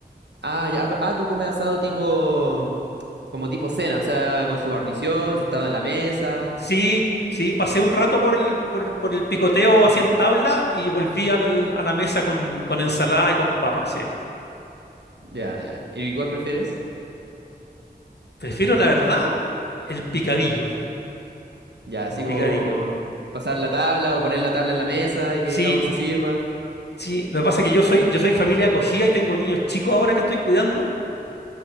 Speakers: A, on the right; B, on the left.
A: Ah, ya. Ah, tú comes asado tipo... Como tipo cena, o sea, con su guarnición, sentado en la mesa.
B: Sí, sí, pasé un rato por el, por, el por el picoteo así en tabla y volví al- a la mesa con, con ensalada y con papas, sí.
A: Ya, ya. ¿Y cuál prefieres?
B: Prefiero, la verdad, el picadillo.
A: Ya, así
B: El picadillo.
A: como pasar la tabla o poner la tabla en la mesa y que
B: Sí,
A: cada uno se sirva.
B: sí, lo que pasa es que yo soy, yo soy familia acogida y tengo niños chicos ahora que estoy cuidando.